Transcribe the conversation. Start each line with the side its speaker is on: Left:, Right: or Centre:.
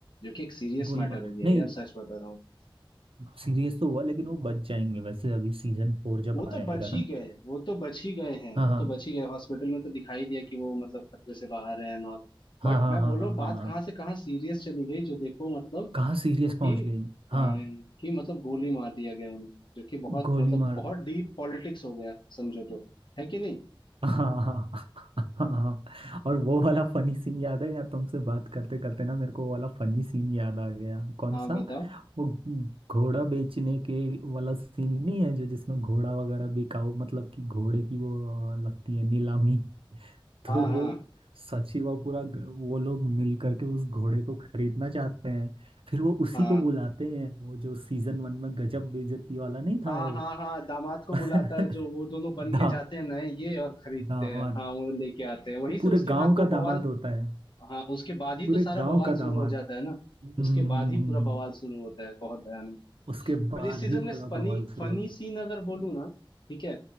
Left: जो कि एक सीरियस
Right: गोली
Left: मैटर
Right: मार
Left: हो गया
Right: नहीं
Left: यार सच बता रहा हूँ
Right: सीरियस तो हुआ लेकिन वो बच जाएंगे वैसे अभी सीजन फोर जब
Left: वो
Right: आएगा
Left: तो बच
Right: ना
Left: ही गए वो तो बच ही गए हैं
Right: हाँ
Left: वो
Right: हाँ
Left: तो बच ही गए हॉस्पिटल में तो दिखाई दिया कि वो मतलब खतरे से बाहर है एंड ऑल
Right: हाँ
Left: बट
Right: हाँ
Left: मैं
Right: हाँ
Left: बोल
Right: हाँ
Left: रहा हूँ बात
Right: हाँ हाँ
Left: कहाँ से कहाँ सीरियस चली गई जो देखो मतलब
Right: कहाँ सीरियस पहुंच
Left: कि
Right: गई
Left: हाँ
Right: हाँ
Left: कि मतलब गोली मार दिया गया उन्हें जो कि बहुत
Right: गोली
Left: मतलब
Right: मार
Left: बहुत
Right: दे
Left: डीप पॉलिटिक्स हो गया समझो तो है कि नहीं
Right: <laughs> हाँ हाँ और वो वाला फनी सीन याद है यार तुमसे बात करते करते ना मेरे को वो वाला फनी सीन याद आ गया कौन
Left: हाँ
Right: सा
Left: बताओ
Right: वो घोड़ा बेचने के वाला सीन नहीं है जो जिसमें घोड़ा वगैरह बिकाऊ मतलब कि घोड़े की वो लगती है नीलामी तो
Left: हाँ
Right: वो
Left: हाँ
Right: सची व पूरा ग- वो लोग मिल करके उस घोड़े को खरीदना चाहते हैं फिर वो उसी
Left: हाँ
Right: को बुलाते हैं वो जो सीजन वन में गजब बेइज्जती वाला नहीं था
Left: हाँ
Right: वो
Left: हाँ हाँ दामाद को
Right: <laughs>
Left: बुलाता है जो वो दोनों बन
Right: दा
Left: के जाते हैं नए ये और खरीदते
Right: दामाद
Left: हैं हाँ वो लेके आते हैं वहीं
Right: वो
Left: से
Right: पूरे
Left: उसके
Right: गांव
Left: बाद तो
Right: का
Left: बवाल
Right: दामाद होता है
Left: हाँ उसके बाद ही
Right: पूरे
Left: तो सारा
Right: गांव
Left: बवाल
Right: का दामाद
Left: शुरू हो जाता है ना
Right: हम्म,
Left: उसके बाद ही पूरा बवाल शुरू होता है बहुत भयानक
Right: उसके बाद
Left: पर इस सीजन
Right: ही
Left: में
Right: पूरा
Left: फनी
Right: बवाल शुरू
Left: फनी
Right: होता
Left: सीन
Right: है।
Left: अगर बोलूँ ना ठीक है